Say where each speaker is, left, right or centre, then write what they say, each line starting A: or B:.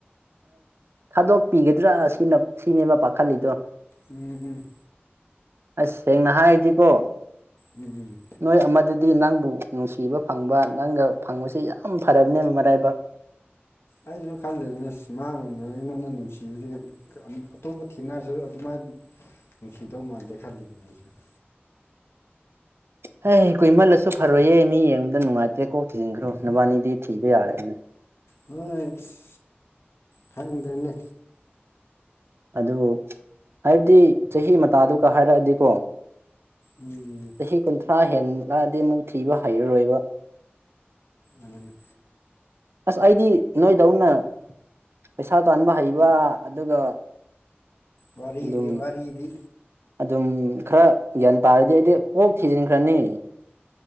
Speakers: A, on the right; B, on the left.
A: ꯊꯥꯗꯣꯛꯄꯤꯒꯗ꯭ꯔꯥ ꯑꯁꯤꯅ ꯁꯤꯅꯦꯕ ꯄꯥꯈꯠꯂꯤꯗꯣ
B: ꯎꯝ
A: ꯑꯁ ꯁꯦꯡꯅ ꯍꯥꯏꯔꯗꯤꯀꯣ
B: ꯎꯝ
A: ꯅꯣꯏ ꯑꯃꯗꯨꯗꯤ ꯅꯪꯕꯨ ꯅꯨꯡꯁꯤꯕ ꯐꯪꯕ ꯅꯪꯒ ꯐꯪꯕꯁꯤ ꯌꯥꯝ ꯐꯔꯕꯅꯦ ꯃꯔꯥꯏꯕꯛ
B: ꯑꯩꯁꯨ ꯈꯜꯂꯤꯅꯤ ꯃꯥꯒꯨꯝꯕ ꯑꯩꯉꯣꯟꯗ ꯅꯨꯡꯁꯤꯕꯗꯤ ꯑꯇꯣꯞꯄ ꯊꯤꯅꯔꯁꯨ ꯑꯗꯨꯃꯥꯏꯅ ꯅꯨꯡꯁꯤꯗꯧ ꯃꯥꯟꯗꯦ ꯈꯜꯂꯤꯕꯅꯤ ꯑꯩꯁꯨ <inaudible>
A: ꯍꯦ ꯀꯨꯏꯃꯜꯂꯁꯨ ꯐꯔꯣꯏꯌꯦ ꯃꯤ ꯌꯦꯡꯕꯗ ꯅꯨꯡꯉꯥꯏꯇ꯭ꯔꯦ ꯀꯣꯛ ꯊꯤꯖꯤꯟꯈ꯭ꯔꯣ ꯅꯕꯥꯅꯤꯗꯤ ꯊꯤꯕ ꯌꯥꯔꯦꯕꯅꯦ
B: ꯍꯣꯢ ꯏꯁ ꯈꯪꯗꯦꯅꯦ
A: ꯑꯗꯨ ꯍꯥꯏꯕꯗꯤ ꯆꯍꯤ ꯃꯇꯥꯗꯨꯒ ꯍꯥꯏꯔꯛꯑꯗꯤꯀꯣ
B: ꯎꯝ
A: ꯆꯍꯤ ꯀꯨꯟꯊ꯭ꯔꯥ ꯍꯦꯜꯂꯛ ꯑꯗꯤ ꯑꯃꯨꯛ ꯊꯤꯕ ꯍꯩꯔꯣꯏꯕ
B: ꯑꯗꯨꯅꯦ
A: ꯑꯁ ꯑꯩꯗꯤ ꯅꯣꯏꯗꯧꯅ ꯄꯩꯁꯥ ꯇꯥꯟꯕ ꯍꯩꯕ ꯑꯗꯨꯒ
B: ꯋꯥꯔꯤꯗꯤ
A: ꯑꯗꯨꯝ
B: ꯋꯥꯔꯤꯗꯤ
A: ꯑꯗꯨꯝ ꯈ꯭ꯔ ꯒ꯭ꯌꯥꯟ ꯇꯥꯔꯗꯤ ꯑꯩꯗꯤ ꯀꯣꯛ ꯊꯤꯖꯤꯟꯈ꯭ꯔꯅꯤ